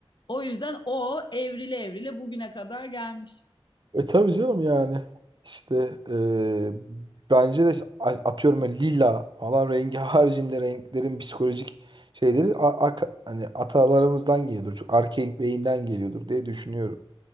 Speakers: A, on the left (about 50°); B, on the right (about 50°).
A: O yüzden o evrile evrile bugüne kadar gelmiş.
B: E tabii canım yani. İşte e, bence de a- atıyorum ya lila falan rengi <laughs> haricinde renklerin psikolojik şeyleri a- a hani atalarımızdan geliyordur. Çok arkaik beyinden geliyordur diye düşünüyorum.